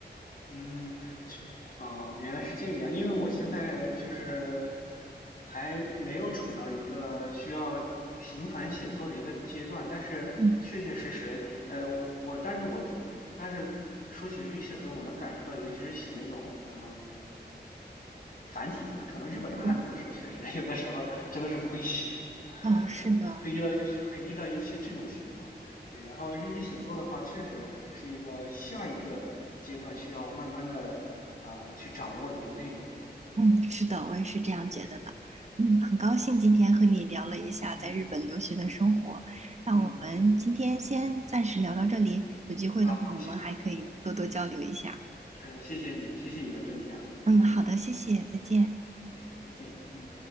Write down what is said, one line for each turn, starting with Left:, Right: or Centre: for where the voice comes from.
Left: 嗯，确哦，原来是这个样，因为我现在就是还没有处到一个需要频繁写作的一个阶段，但是确确实实，
Right: 嗯
Left: 呃，我但是我通，但是说起日语写作，我能感受到，尤其是写那种可能繁体字，可能日本的汉字的时候，
Right: 嗯
Left: 确实 <laughs> 有的时候真的是不会写。
Right: 嗯，是的。
Left: 嗯，会遇到会遇到一些这种情况，对。然后日语写作的话，确实是一个下一个阶段需要慢慢的呃去掌握的一个内容。
Right: 嗯，是的，我也是这样觉得的。
Left: 对对，
Right: 嗯，很高兴今天和你聊了一下在日本留学的生活。
Left: 嗯嗯
Right: 那我们今天先暂时聊到这里，
Left: 嗯，
Right: 有机会的话，
Left: 好，谢，
Right: 我们还可以多多交流一下。
Left: 嗯，是谢谢你，谢谢你的分享，
Right: 嗯，
Left: 嗯，
Right: 好的，谢谢，再见。
Left: 谢谢，再见，嗯。